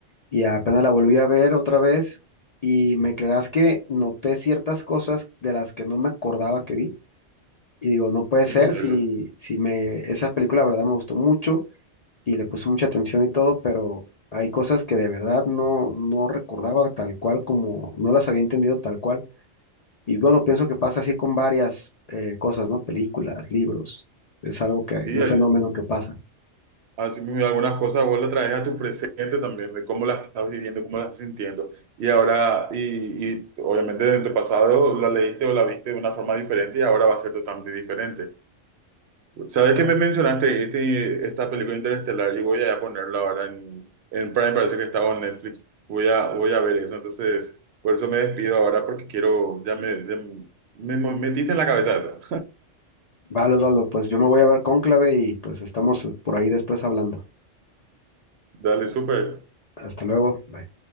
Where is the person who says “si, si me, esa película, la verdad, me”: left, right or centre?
Left